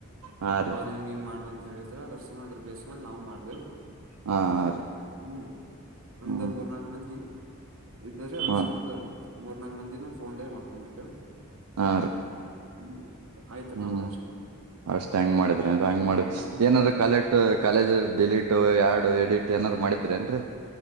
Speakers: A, on the right (about 85°); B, on the right (about 65°).
A: ಹಾ ರೀ
B: ಅವ್ರರು
A: ಹಾ ರೀ
B: ಹಿಂಗ ಹಿಂಗ್ ಮಾಡ್ವ ಅಂತ ಹೇಳಿದ ಅದ್ರ ಸಮಯ ಅದ್ರ ಬೇಸ್ಮೇಲೆ ನಾವು ಮಾಡ್ದೇವ
A: ಹಾ ರೀ
B: ಹ್ಮ್ ಅಮಂದ
A: ಹ್ಮ್
B: ಮೂರ್ನಾಕ ಮ ಇದ್ದರಿೀ ಅದ್ರ
A: ಹಾ
B: ಸಂಬಂ ಮೂರ್ ನಾಲ್ಕ ಮಂದಿನ ಫೋನ್ೇ ಮಾಡ್ಕೊಂಡ್ಬಿಟ್ಟು
A: ಆ
B: ಹ್ಮ್ ಆಯ್ತ್ರಿ
A: ಹ್ಮ್
B: ನಮ್ದು ಅಷ್ಟೇ
A: ಅಷ್ಟ್ ಹೆಂಗ್ ಮಾಡಿದ್ರೆ ಹೆಂಗ್ ಮಾಡಿದ
B: ಹ್ಮ್
A: ಏನಾದ ಕಾಲ ಕಾಲೇಜ್ ಡಿಲೀಟ್ ಎರಡು ಎಡಿಟ್ ಏನಾರ ಮಾಡಿದ್ರೇನ್ರಿ